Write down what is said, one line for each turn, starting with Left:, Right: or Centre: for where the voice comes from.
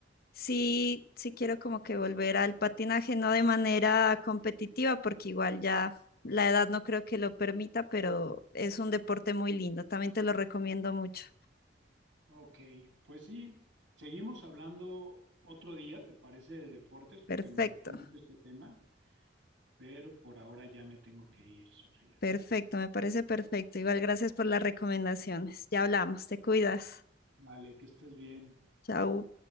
Left: Sí, sí quiero como que volver al patinaje, no de manera competitiva, porque igual ya la edad no creo que lo permita, pero es un deporte muy lindo, también te lo recomiendo mucho.
Right: Ok, pues sí, seguimos hablando otro día, ¿te parece de deportes? Porque
Left: Perfecto,
Right: me gustó mucho este tema, pero por ahora ya me tengo que ir, Sofía.
Left: perfecto, me parece perfecto. Igual gracias por las recomendaciones. Ya hablamos, te cuidas.
Right: Vale, que estés bien. Chao.
Left: Chao.